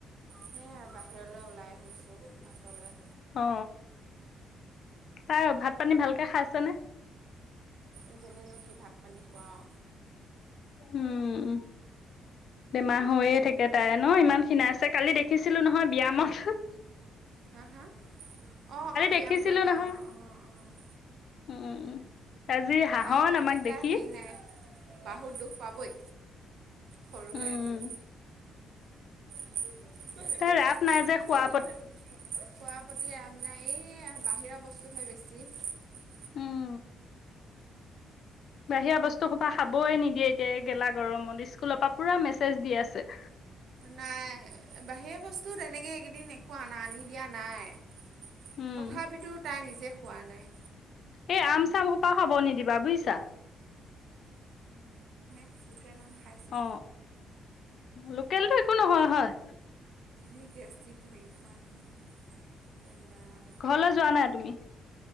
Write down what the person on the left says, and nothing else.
অ তাই ভাত পানী ভালকে খাইছেনে?
উম, বেমাৰ হৈয়ে থাকে তাই ন' ইমান ক্ষীনাইছে কালি দেখিছিলো নহয় বিয়ামত।
দেখিছিলো
নহয়
উম আজি হাঁহন
আমাক দেখি
উম
তাই ৰাপ নাই
যে খোৱাৰ
উম বাহিৰা বস্তু হোপা খাবয়ে নিদিয়ে এতিয়া গেলা গৰমত, স্কুলৰ পৰা পুৰা মেছেজ দি আছে।
উম
এই, আম চাম সোপা খাব নিদিবা বুইছা।
অ লোকেলটো একো নহয়, হয়।
ঘৰলৈ যোৱা নাই তুমি?